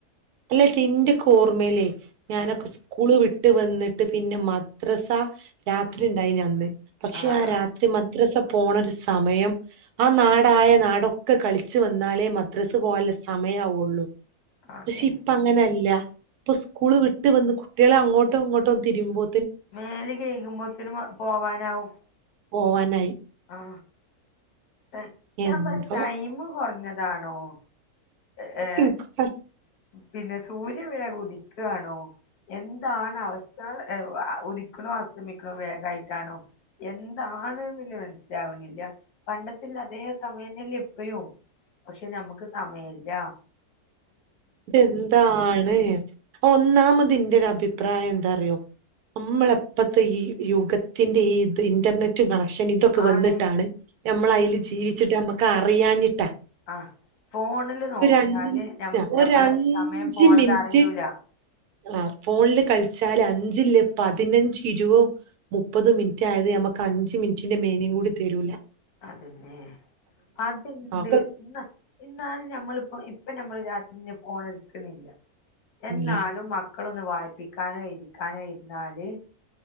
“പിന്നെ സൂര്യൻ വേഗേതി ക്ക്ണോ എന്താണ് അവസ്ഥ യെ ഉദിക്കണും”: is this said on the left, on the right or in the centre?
Left